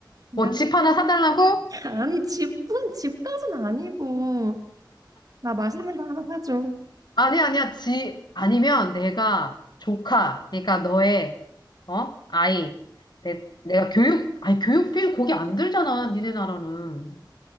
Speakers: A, on the right (about 50°); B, on the left (about 60°).
A: 그냥
B: 뭐 집 하나 사달라고?
A: <laughs> 아니 집은 집까지는 아니고 나 맛있는 거 하나 사줘.
B: 아니, 아니야. 지, 아니면 내가 조카, 그러니까 너의, 어? 아이. 내, 내가 교육, 아니, 교육비 거기 안 들잖아. 니네 나라는.